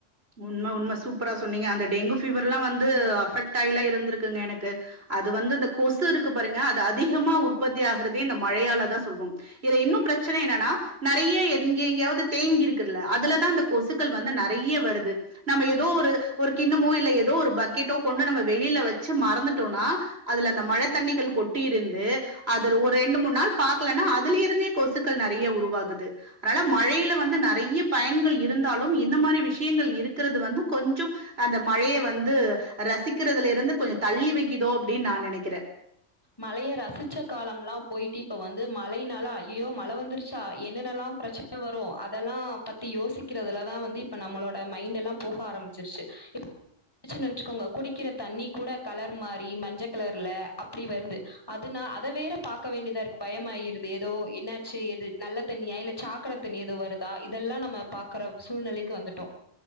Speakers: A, on the right; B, on the left.
A: உண்ம உண்ம சூப்பரா சொன்னீங்க அந்த டெங்கு ஃபீவர் எல்லா வந்து அஃபெக்ட் ஆயிலா இருந்திருக்குங்க எனக்கு அது வந்து இந்த கொசு இருக்கு பாருங்க அது அதிகமா உற்பத்தி ஆகுறதே இந்த மழையாலதா சொல்வோம் இதுல இன்னு பிரச்சன என்னென்னா நெறைய எங்க எங்கேயாவது தேங்கி இருக்குல அதுலதா இந்த கொசுக்கள் வந்து நெறைய வரு து நம்ம ஏதோ ஒரு ஒரு கிண்ணமோ இல்ல ஏதோ ஒரு பக்கெட்டோ கொண்டு நம்ம வெளியில வச்சு மறந்துட்டோன்னா அதுல அந்த மழ தண்ணிகள் கொட்டி இருந்து அது ஒரு ரெண்டு மூணு நாள் பாக்கலனா அதுல இருந்தே கொசுக்கள் நெறைய உருவாகுது அதனால மழையில வந்து நெறைய பயன்கள் இருந்தாலு இந்த மாரி விஷி யங்கள் இருக்கிறது வந்து கொஞ்சோ அந்த மழய வந்து ரசிக்கிறதுல இருந்து கொஞ்சோ தள்ளி வைக்குதோ அப்டின்னு நா நெனைக்கிறே.
B: மழைய ரசிச்ச காலம்லா போயிட்டு இப்ப வந்து மழையினால ஐயயோ மழ வந்துருச்சா என்னென்னலா பிரச்சன வரு அதெல்லா பத்தி யோசிக்கிறதுலதா வந்து இப்ப நம்மளோட மைண்ட் எல்லா போக ஆரம்பிச்சிருச்சு இப் <unintelligible> நெனச்சுக்கோங்க குடிக்கிற தண்ணி கூட கலர் மாறி மஞ்ச கலர்ல அப் அப்டி வருது அதுனா அத வேற பாக்க வேண்டியதா இருக்கு பயம் ஆயிருது ஏதோ என்னாச்சு எது நல்ல தண்ணியா இல்ல சாக்கட தண்ணி எது வருதா இதெல்லா நம்ம பாக்கற சூழ்நிலைக்கு வந்துட்டோ